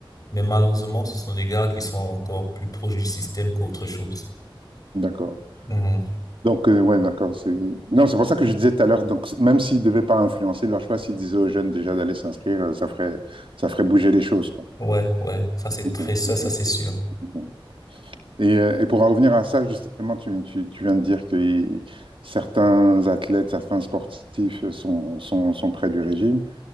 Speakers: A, on the left; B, on the right.
A: mais malheureusement, ce sont des gars qui sont encore plus proches du système qu'autre chose.
B: d'accord.
A: Mhm.
B: Donc, euh, ouais, d'accord, c'est... Non, c'est pour ça que je disais tout à l'heure, donc, c- même s'ils ne devaient pas influencer leur choix, s'ils disaient aux jeunes déjà d'aller s'inscrire, euh, ça ferait, ça ferait bouger les choses, quoi.
A: Ouais, ouais, ça c'est
B: Ok,
A: très ça,
B: ok,
A: ça c'est sûr.
B: ok. Et, euh, et pour en revenir à ça, justement, tu, tu, tu viens de dire que certains athlètes, certains sportifs sont, sont, sont près du régime.